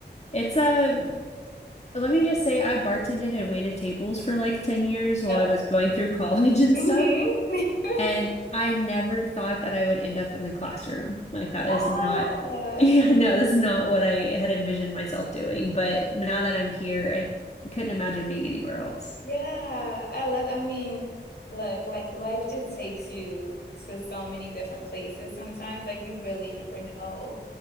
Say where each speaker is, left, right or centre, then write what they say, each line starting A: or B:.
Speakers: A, on the left; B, on the left.
A: it's a let me just say, I bartended and waited tables for like 10 years while
B: Yep.
A: I was going through <laughs> college and
B: Mhm.
A: stuff.
B: <laughs>
A: And I never thought that I would end up in the classroom. Like, that
B: Oh,
A: is not, <laughs> yeah, no, that's not what I had envisioned myself doing. But now that I'm here, I couldn't imagine being anywhere else.
B: yeah. I love, I mean, look, like life just takes you to so many different places sometimes. Like you really never know